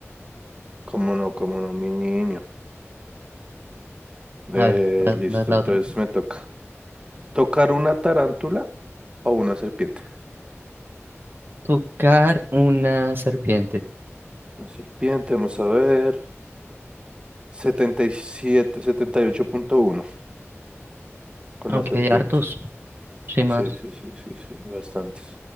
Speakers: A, on the right; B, on the right.
A: Cómo no, cómo no, mi niño. Eh,
B: A ver, va,
A: listo,
B: va la
A: entonces
B: otra.
A: me toca. ¿Tocar una tarántula o una serpiente?
B: Tocar una serpiente.
A: Una serpiente, vamos a ver. setenta setenta y y siete setenta y ocho punto uno con
B: Aunque
A: la serpiente.
B: hay hartos, sin
A: Sí,
B: más.
A: sí, sí, sí, sí, bastantes.